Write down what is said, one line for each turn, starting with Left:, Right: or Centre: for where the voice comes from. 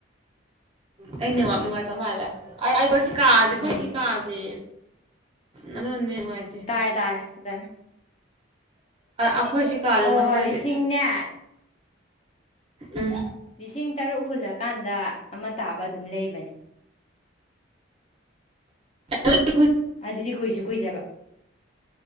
Right: ꯑꯩ ꯅꯦꯠꯋꯥꯛ ꯅꯨꯡꯉꯥꯏꯇ ꯃꯥꯜꯂꯦ ꯑꯩ ꯑꯩꯗꯣ ꯁꯤ ꯀꯥꯖꯦ ꯑꯈꯣꯏꯒꯤ
Left: ꯎꯝ
Right: ꯀꯥꯖꯦ ꯑꯗꯨ ꯅꯦꯠ ꯅꯨꯡꯉꯥꯏꯇꯦ
Left: ꯇꯥꯔꯦ ꯇꯥꯔꯦ ꯐꯖꯅ
Right: ꯑꯈꯣꯏ ꯁꯤ ꯀꯥꯖꯦ
Left: ꯑꯣ
Right: ꯗꯨꯝ ꯍꯥꯏꯗꯤ
Left: ꯂꯤꯁꯤꯡꯅꯦ
Right: ꯎꯝ
Left: ꯂꯤꯁꯤꯡ ꯇꯔꯨꯛ ꯍꯨꯜꯂꯀꯥꯟꯗ ꯑꯃ ꯇꯥꯕ ꯑꯗꯨꯝ ꯂꯩꯕꯅꯦ
Right: ꯑꯗꯨꯗꯤ ꯈꯣꯏ
Left: ꯑꯗꯨꯗꯤ ꯀꯨꯏꯖꯨ ꯀꯨꯏꯗꯕ